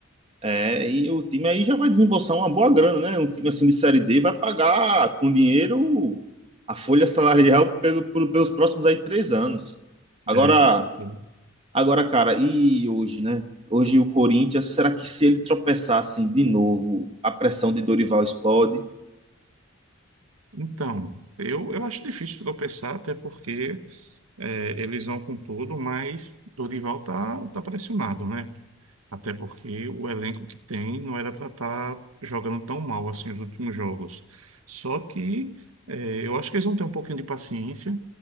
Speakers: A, on the right (about 25°); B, on the right (about 80°).
A: É, e o time aí já vai desembolsar uma boa grana, né? Um time assim de Série D vai pagar com dinheiro a folha salarial pelo, pelo- pelos próximos aí três anos. Agora,
B: É, com certeza.
A: agora, cara, e hoje, né? Hoje o Corinthians, será que se ele tropeçar assim de novo, a pressão de Dorival explode?
B: Então, eu, eu acho difícil tropeçar, até porque é, eles vão com tudo, mas Dorival tá, tá pressionado, né? Até porque o elenco que tem não era para estar jogando tão mal assim os últimos jogos. Só que é, eu acho que eles vão ter um pouquinho de paciência,